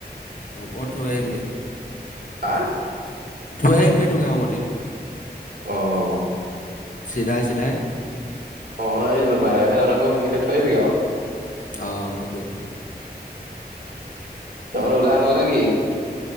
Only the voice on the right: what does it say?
হা
অহ,
অ', ই বাহে বাহে ততে সেইখিনতে থৈ আহিবি আৰু
তহৰ ওলাই হ'ল নেকি?